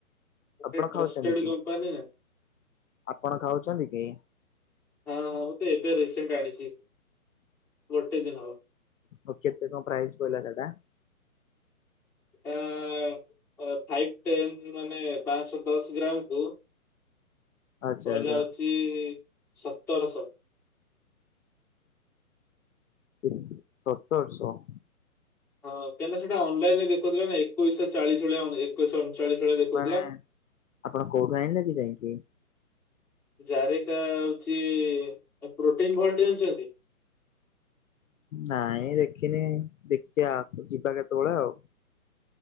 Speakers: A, on the left (about 60°); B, in the centre.
A: ଆପଣ
B: ଏ
A: ଖାଉଛନ୍ତି
B: ଟ୍ରଷ୍ଟେଡ
A: କି?
B: ଦପାନୀ ନା।
A: ଆପଣ ଖାଉଛନ୍ତି କି।
B: ହଁ ହଁ ମୁଁ ତ ଏବେ ରିସେଣ୍ଟ ଆଣିଛି ଗୋଟେ ଦିନି ହବ।
A: ଓ କେତେ କଣ ପ୍ରାଇଜ ପଇଲା ସେଟା।
B: ଏ ଫାଇଭି, ଟେନ ମାନେ ପାଞ୍ଚଶହ ଦଶ ଗ୍ରାମକୁୁ।
A: ଆଚ୍ଛା
B: କହିଲା
A: ଆଚ୍ଛା।
B: ହଉଛି ସତରଶହ।
A: ହୁଁ ସତରଶହ।
B: ହଁ କାହିଁକନା ସେଟା ଅନଲାଇନ ରେ ଦେଖଉଥିଲା ନା ଏକୋଇଶହ ଚାଳିଶ ଭଳିଆ ଏକୋଇଶହ ଅଣଚାଳିଶ ଭଳିଆ ଦେଖଉଥିଲା।
A: ମାନେ ଆପଣ କୋଉଠୁ ଆଣିଲେ କି ଯାଇକି।
B: ଜାରିଟା ହଉଛି ପ୍ରୋଟିନ ଭଲଟି ଜାଣିଛନ୍ତି।
A: ନାଇଁ ଦେଖିନି ଦେଖିବା ଯିବା କେତେବେଳେ ଆଉ।